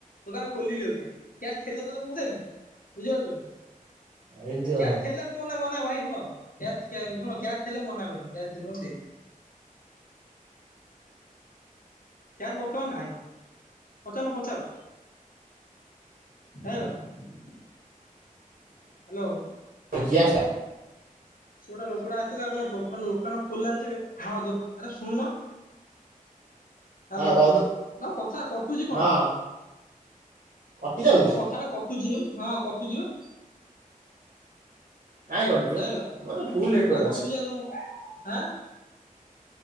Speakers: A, on the left (about 70°); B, on the right (about 80°).
A: ଦୋକାନ ଖୋଲିଲି ଅବିକା କ୍ୟାସ ଥିଲେ ତ ତମକୁ ଦେବି ବୁଝିପାରୁଛନ୍ତି।
B: ଏମିତି କଥା।
A: କ୍ୟାସ ଥେଲେ। ମୁଁ ମନା ମନା ଭାଇ ଶୁଣ କ୍ୟାସ ଶୁଣ କ୍ୟାସ ଥିଲେ ମୁଁ ମନା କରିନି କ୍ୟାସ ଥିଲେ ମୁ ଦେଇଦିଏ। କ୍ୟାସ୍ ବର୍ତ୍ତମାନ ନାହିଁ ପଚାରୁନ ପଚାର। Hello hello.
B: <unintelligible>
A: ସେ ଗୋଟା ଲୋକଟା ଆସିଥିଲା ଏବେ ଦୋକାନ ଦୋକାନ ଖୋଲା ହେଇଛି ଏବେ ହଁ ଦୋ ଆରେ ଶୁଣୁନ। ହ୍ୟାଲୋ
B: ହଁ କହୁନୁ
A: ତମ କଥା କଟୁଛି କଣ।
B: ହଁ କଟି ଯାଉଛି
A: ତମ କଥାଟା କଟୁଛି ଯୋଉ ହଁ କଟୁଛି ବା।
B: କାଇଁ କଟୁଛି ମ?
A: ଯାଇଁଲ
B: ମୋର ତ ଫୁଲ ନେଟୱାର୍କ
A: ଆ
B: ଅଛି।
A: କଟିଛି ଆଉ ତମ ଆଁ।